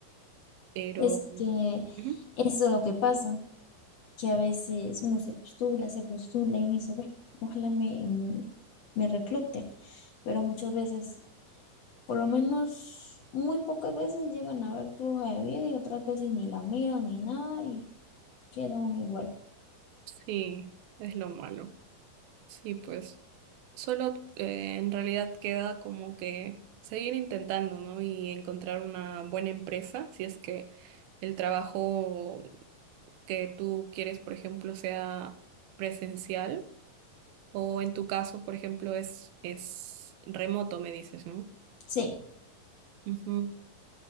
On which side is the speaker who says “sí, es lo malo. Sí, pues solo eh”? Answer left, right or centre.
Right